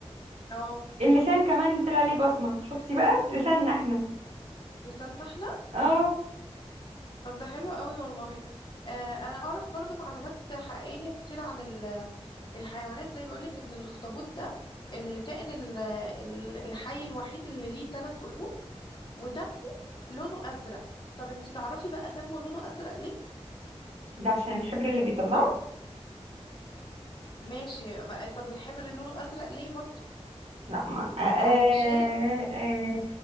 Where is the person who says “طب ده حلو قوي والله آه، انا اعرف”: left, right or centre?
Left